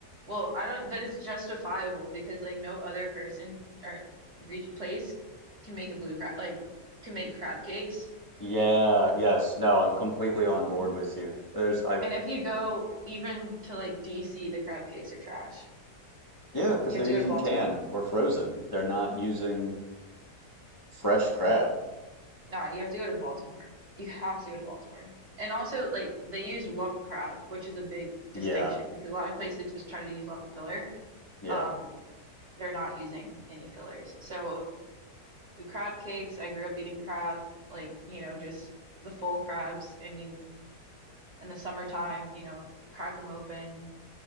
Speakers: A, on the right; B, on the left.
A: Well, I don't, but it's justifiable because like no other person or re place can make a blue crab like can make crab cakes.
B: Yeah, yes. No, I'm completely on
A: Um,
B: board with you. There's I
A: And if you go even to like DC, the crab cakes are trash.
B: yeah, because
A: You have
B: they're
A: to
B: using
A: go to Baltimore.
B: canned or frozen. They're not using fresh crab.
A: Nah, you have to go to Baltimore. You have to go to Baltimore. And also, like, they use lump crab, which is a big distinction
B: Yeah,
A: because a lot of places just try to use a lot of filler.
B: yeah.
A: Um, they're not using any fillers. So crab cakes, I grew up eating crab, like, you know, just the full crabs and you in the summertime, you know, crack them open,